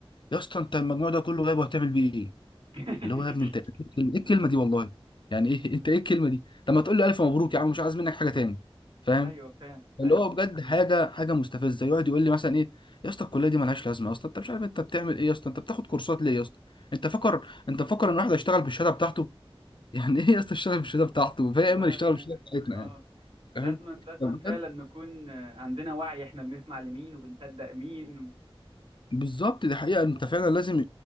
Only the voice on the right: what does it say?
<laughs>
أيوه فعلا
أيوه
لا
لا
اه
لازما لازما
فعلا نكون آه، عندنا وعي احنا بنسمع لمين وبنصدق مين و...